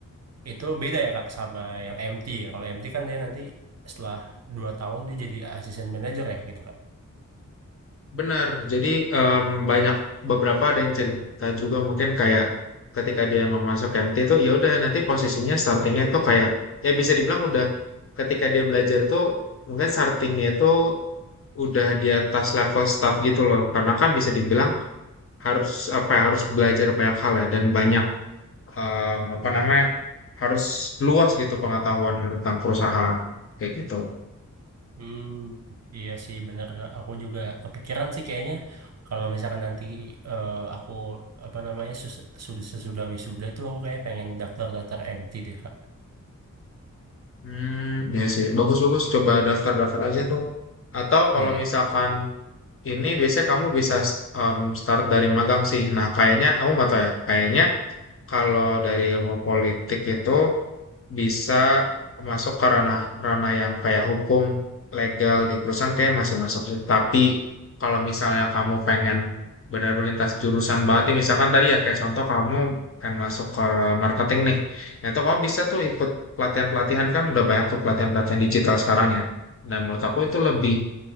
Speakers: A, on the right; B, on the left.
A: itu beda ya Kak sama yang MT ya. Kalau MT kan dia nanti setelah 2 tahun dia jadi asisten manajer ya gitu Kak.
B: Benar, jadi mmm, banyak beberapa ada yang cerita juga mungkin kayak ketika dia emang masuk MT itu ya udah nanti posisinya startingnya itu kayak ya bisa dibilang udah ketika dia belajar itu mungkin startingnya itu udah di atas level staff gitu loh. Karena kan bisa dibilang harus apa ya, harus belajar banyak hal ya dan banyak mmm, apa namanya, harus luas gitu pengetahuan tentang perusahaan kayak gitu.
A: Hmm, iya sih bener. Aku juga kepikiran sih kayaknya kalau misalkan nanti eh, aku apa namanya sus- sudah sesudah wisuda tuh aku kayak pengen daftar-daftar MT deh Kak.
B: hmm ya sih bagus bagus coba daftar-daftar aja tuh. Atau
A: Iya.
B: kalau misalkan Ini biasanya kamu bisa em, start dari magang sih. Nah, kayaknya aku nggak tahu ya. Kayaknya kalau dari ilmu politik itu bisa masuk ke ranah ranah yang kayak hukum legal di perusahaan kayak masih masuk sih. Tapi kalau misalnya kamu pengen benar-benar lintas jurusan banget nih, misalkan tadi ya kayak contoh kamu pengen masuk ke marketing nih. Nah, itu kamu bisa tuh ikut pelatihan-pelatihan kan udah banyak tuh pelatihan-pelatihan digital sekarang ya. Dan menurut aku itu lebih